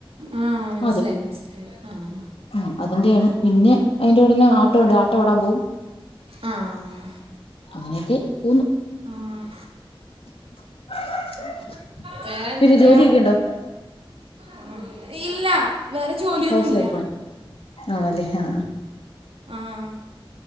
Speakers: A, on the right; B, on the left.
A: ആ മനസ്സിലായി
B: അത്
A: മനസ്സിലായി ആ
B: ഉം അതിന്റെയാണ്. പിന്നെ അയ്ന്റൂടന്നെ ആട്ടോണ്ട് ആട്ടൊ ഓടാൻ പോകും
A: ആഹ്
B: അങ്ങനെയൊക്കെ പോന്ന്
A: ആഹ്
B: <unintelligible>
A: വേ ന്തെക്കെയാ
B: പിന്നെ ജോലിയൊക്കെ ഉണ്ടോ
A: ഉം ഇല്ല വേറെ ജോലിയൊന്നുമില്ല
B: ഹൗസ് വൈഫാണ് ആണല്ലെ ഹാ
A: ആഹ്